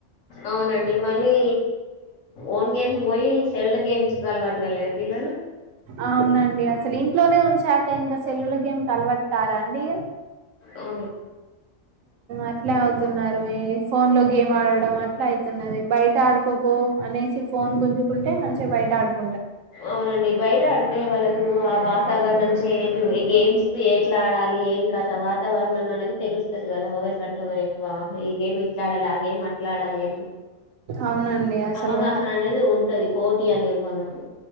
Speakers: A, on the left; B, on the right.
A: అవునండి మళ్ళీ ఓన్ గేమ్స్ పోయి సెలల గేమ్స్ అలవాటు కలేదా పిల్లలు
B: అవునండి అసలు ఇంట్లోనే ఉంచా ఇంకా ఇంకా సెల్లులకి ఏం త అలవాటు కారా అండి
A: ఆ
B: అట్లే అవుతున్నారు ఈ ఫోన్ లో గేమ్ ఆడడం అట్లా అవుతున్నది బయట ఆడుకోపో అనేసి ఫోన్ గుంజుకుంటే మంచిగా బయట ఆడుకో
A: అవునండి బయట ఆడుతు అదే వాళ్ళకు ఆ వాతావరణం చేంజ్ ఈ గేమ్స్ కు ఎట్లా ఆడాలి ఏం కద వాతావరణం అనేది తెలుస్తుంది కదా ఒకరికంటే ఒకరు ఎక్కువ ఈ గేమ్ ఇట్లా ఆడాలి ే మాట్లాడాలి అని
B: అవునండి అసలు
A: అవగాహన అనేది ఉంటది పోటీ అనేది కొనకు